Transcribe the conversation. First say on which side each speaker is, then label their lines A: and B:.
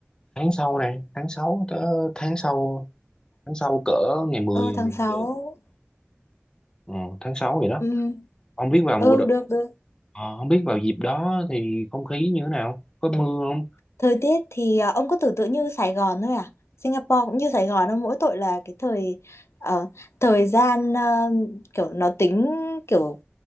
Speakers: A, on the left; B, on the left.
A: tháng sau này, tháng 6 tới tháng sau, tháng sau cỡ ngày mười
B: Ừ, tháng
A: mười
B: sáu
A: một Ờ, tháng 6 vậy đó.
B: Ừ,
A: Không biết vào
B: ừ
A: mùa đ...
B: được được.
A: ờ, không biết vào dịp đó thì không khí như thế nào? Có mưa không?
B: Thời tiết thì à, ông cứ tưởng tượng như Sài Gòn thôi à? Singapore cũng như Sài Gòn thôi, mỗi tội là cái thời ờ, thời gian ờ, kiểu nó tính kiểu